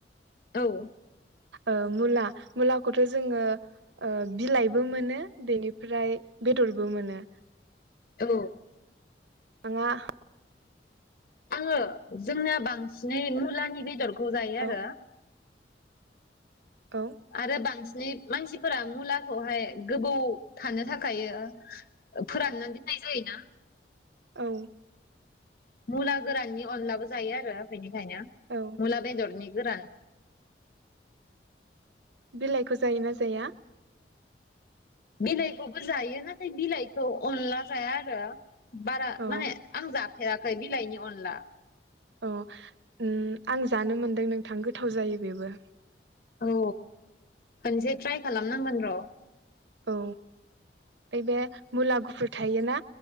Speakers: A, on the left (about 55°); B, on the right (about 85°).
A: औ
B: ओ मुला मुलाखौथ' जोङो ओ बिलाइबो मोनो बेनिफ्राय बेदरबो मोनो।
A: औ
B: <unintelligible>
A: आङो जोंनाया बांसिनै मुलानि बेदर खौ जायो
B: औ
A: आरो।
B: औ
A: आरो बां नै मानसिफोरा मुलाखौहाय गोबौ थानो थाखायो फोरानना दिननाय जायोना
B: औ
A: मुला गोराननि अनलाबो जायो आरो बेनो <unintelligible>
B: औ
A: मुला बेदरनि। गोरान
B: बिलाइखौ जायोना जाया?
A: बिलाइखौबो जायो नाथाय बिलाइखौ अनला जाया आरो। बारा
B: औ
A: माने आं जा <unintelligible> बिलायनि अनला।
B: अ उम आं जानो मोनदों नोंथां गोथाव जायो बेबो
A: औ खनसे ट्राय खालाम। <unintelligible>
B: औ ओइ बे मुला गुफुर थायो ना?